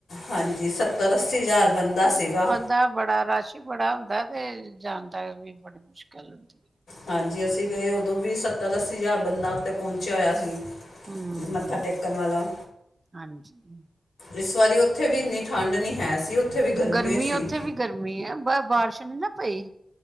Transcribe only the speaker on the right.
ਦਾ ਬੜਾ ਰਸ਼ ਈ ਬੜਾ ਹੁੰਦਾ ਤੇ ਜਾਨ ਦਾ ਵੀ ਬੜੀ ਮੁਸ਼ਕਿਲ ਹੁੰਦੀ।
ਹਮ-ਹਮ
ਹਾਂਜੀ
ਗਰਮੀ
ਉੱਥੇ ਵੀ ਗਰਮੀ ਏ, ਬ ਬਾਰਿਸ਼ ਨਈ ਨਾ ਪਈ।